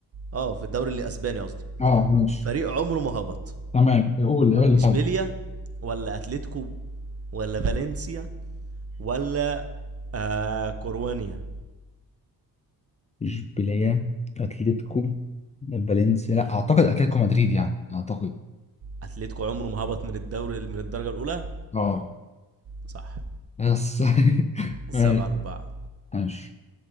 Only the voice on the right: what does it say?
اه في الدوري الاسباني قصدي
فريق عمره ما هبط
اشبيليا
ولا اتلتيكو ولا فالنسيا ولا آه كوروانيا
اتلتيكو عمره ما هبط من الدوري من الدرجه الاولى
صح
سبعة
رباع